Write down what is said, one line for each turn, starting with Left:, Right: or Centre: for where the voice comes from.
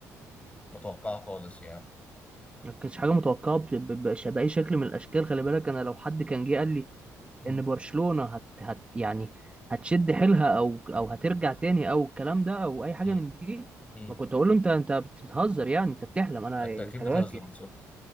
Left: متوقعه خالص يعني
Right: ما كانتش حاجه متوقعه بش- ب- بش- باي شكل من الاشكال خلي بالك انا لو حد كان جه قال لي
Left: مم.
Right: ان برشلونة هت هت يعني هتشد حيلها او او هترجع تاني او الكلام ده او اي حاجة
Left: مم.
Right: من دي
Left: مم.
Right: ما كنت اقول له انت انت بتهزر يعني انت بتحلم انا
Left: انت
Right: يعني
Left: اكيد
Right: خلي
Left: بتهزر
Right: بالك يعني
Left: بالظبط